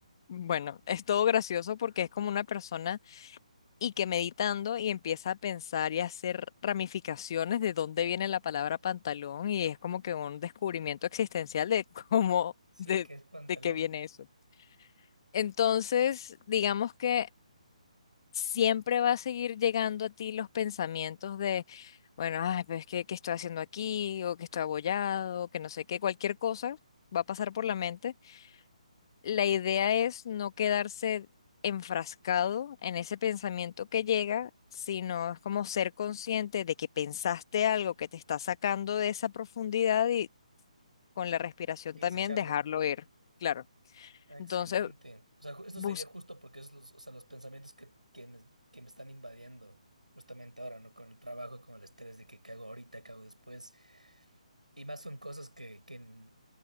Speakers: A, on the left; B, on the right.
A: Bueno, es todo gracioso porque es como una persona y que meditando y empieza a pensar y a hacer ramificaciones de dónde viene la palabra pantalón y es como que un descubrimiento existencial de <laughs> cómo,
B: Sí,
A: de,
B: que es pantalón.
A: de qué viene eso. Entonces, digamos que siempre va a seguir llegando a ti los pensamientos de, bueno, ay, pero es que, ¿qué estoy haciendo aquí? O que estoy abollado, o que no sé qué, cualquier cosa va a pasar por la mente. La idea es no quedarse enfrascado en ese pensamiento que llega, sino es como ser consciente de que pensaste algo que te está sacando de esa profundidad y con la respiración
B: Y
A: también
B: desecharlo.
A: dejarlo ir, claro.
B: Ah, Excelente.
A: Entonces,
B: O sea, ju- esto
A: bus,
B: sería justo porque es los, o sea, los pensamientos que, que me, que me están invadiendo justamente ahora, ¿no? Con el trabajo, con el estrés de que qué hago ahorita, qué hago después. Y más son cosas que, que n-